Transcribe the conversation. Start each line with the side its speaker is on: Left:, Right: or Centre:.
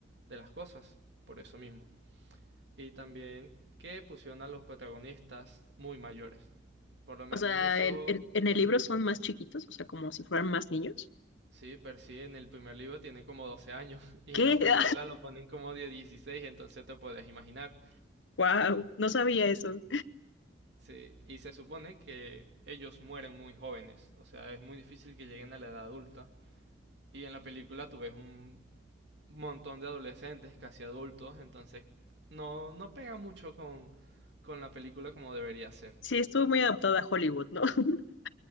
Right: de las cosas, por eso mismo. Y también que pusieron a los protagonistas muy mayores, por lo menos
Left: O sea,
Right: eso...
Left: en, en- en el libro son más chiquitos, o sea, como si fueran más niños.
Right: Sí, percibe en el primer libro tiene como 12 años <laughs> y
Left: ¿Qué?
Right: en la película
Left: <laughs>
Right: lo ponen como de 16, entonces te puedes imaginar.
Left: Wow, no sabía eso.
Right: Sí, y se supone que ellos mueren muy jóvenes, o sea, es muy difícil que lleguen a la edad adulta. Y en la película tú ves un montón de adolescentes, casi adultos, entonces no, no pega mucho con, con la película como debería ser.
Left: Sí, estuvo muy adaptada a Hollywood, ¿no? <laughs>